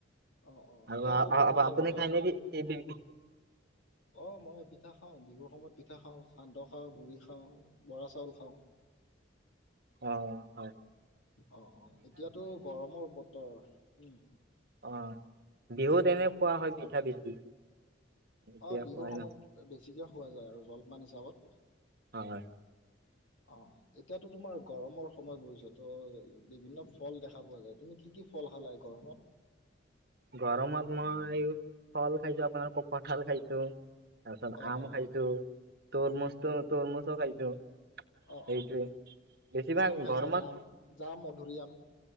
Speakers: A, on the left; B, on the right.
A: অ অ
B: আৰু
A: এতিয়াতো
B: আ-
A: গৰমৰ
B: আপুনি
A: বতৰ
B: খাই নেবি সেই?
A: অ মই পিঠা খাওঁ বিহুৰ সময়ত পিঠ পিঠা খাওঁ সান্দহ খাওঁ গুড়ি খাওঁ বৰা চাউল খাওঁ।
B: অঁ।
A: অঁ, অঁ এতিয়াতো গৰমৰ বতৰ উম।
B: অঁ, বিহুত এনে খোৱা হয় পিঠা বেছি। এতিয়া
A: অঁ, বিহুৰ
B: খোৱাই
A: সময়ত
B: নহয়
A: বেছিকে খোৱা যায় আৰু জলপান হিচাপত।
B: হয়।
A: অঁ, এতিয়াতো তোমাৰ গৰমৰ সময় পৰিছে ত' বিভিন্ন ফল দেখা পোৱা যায় তুমি কি কি কি কি ফল খালা এই গৰমত।
B: গৰমত মই ফল খাইছো আপোনাৰ ক-কঠাল খাইছো। তাৰপিছত
A: অ
B: আম
A: অ
B: খাইছো তৰমুচটো তৰমুচো খাইছো।
A: অঁ,
B: সেইটোৱে
A: অঁ
B: বেছিভাগ
A: জাম খাইছা
B: গৰমত
A: জাম, জাম মধুৰিআম।